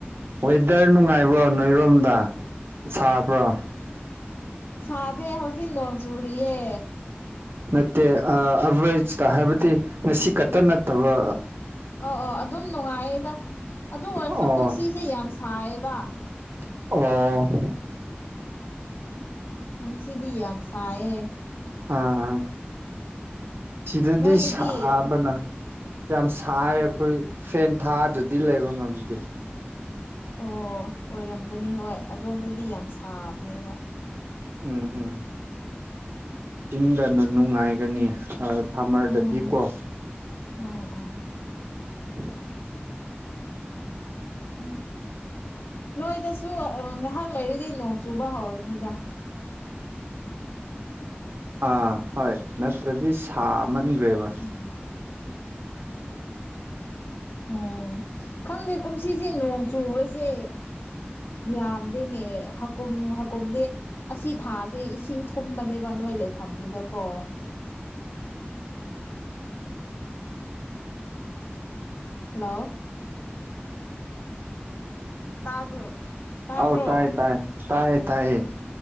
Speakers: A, on the right; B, on the left.
A: ꯋꯦꯗꯔ ꯅꯨꯡꯉꯥꯏꯕ꯭ꯔꯣ ꯅꯣꯏꯔꯣꯝꯗ ꯁꯥꯕ꯭ꯔꯣ
B: ꯁꯥꯗꯦ ꯍꯧꯖꯤꯛ ꯅꯣꯡ ꯆꯨꯔꯤꯌꯦ
A: ꯅꯠꯇꯦ ꯑꯚꯔꯦꯁꯇ ꯍꯥꯏꯕꯗꯤ ꯉꯁꯤ ꯈꯛꯇ ꯅꯠꯇꯕ
B: ꯑ ꯑ ꯑꯗꯨꯝ ꯅꯨꯡꯉꯥꯏꯌꯦꯗ ꯑꯗꯨ ꯑꯣꯏꯔꯁꯨ
A: ꯑꯣ
B: ꯀꯨꯝꯁꯤꯁꯦ ꯌꯥꯝ ꯁꯥꯏꯌꯦꯕ
A: ꯑꯣ
B: ꯀꯨꯝꯁꯤꯕꯤ ꯌꯥꯝꯁꯌꯦ
A: ꯑꯝ ꯎꯝ ꯁꯤꯗꯗꯤ
B: ꯅꯣꯏꯗꯗꯤ
A: ꯁꯥꯕꯅ ꯌꯥꯝ ꯁꯥꯏ ꯑꯩꯈꯣꯏ ꯐꯦꯟ ꯊꯥꯗꯗꯤ ꯂꯩꯕ ꯉꯝꯗꯦ
B: ꯑꯣ ꯑꯣꯏꯔꯝꯒꯅꯤ ꯍꯣꯏ ꯑꯗꯣꯝꯗꯗꯤ ꯌꯥꯝ ꯁꯥꯕꯅꯦꯕ
A: ꯎꯝ ꯎꯝ ꯆꯤꯡꯗꯅ ꯅꯨꯡꯉꯥꯏꯒꯅꯤ ꯁꯝꯃꯔꯗꯗꯤ
B: ꯑꯣ
A: ꯀꯣ
B: ꯑꯣ ꯑꯣ
A: <unintelligible>
B: ꯎ ꯅꯣꯏꯗꯁꯨ ꯉꯥꯏꯍꯥꯛ ꯂꯩꯔꯤꯗꯤ ꯅꯣꯡ ꯆꯨꯕ ꯍꯧꯔꯅꯤꯗ
A: ꯑꯥ ꯍꯣꯏ ꯅꯠꯇ꯭ꯔꯗꯤ ꯁꯥꯃꯟꯈ꯭ꯔꯦꯕ
B: ꯎꯝ ꯎꯝ ꯈꯪꯗꯦ ꯀꯨꯝꯁꯤꯁꯦ ꯅꯣꯡ ꯆꯨꯕꯁꯦ ꯌꯥꯝꯗꯦꯅꯦ ꯍꯀꯨꯝ ꯍꯥꯀꯨꯝꯗꯦ ꯑꯁꯤ ꯊꯥꯁꯦ ꯏꯁꯤꯡ ꯊꯨꯝꯕꯅꯦꯕ ꯅꯣꯏ ꯂꯩꯐꯝꯗꯨꯗꯀꯣ ꯍꯜꯂꯣ ꯇꯥꯕ꯭ꯔꯣ ꯇꯥꯕ꯭ꯔꯣ
A: ꯑ ꯇꯥꯏ ꯇꯥꯏ ꯇꯥꯏꯌꯦ ꯇꯥꯏꯌꯦ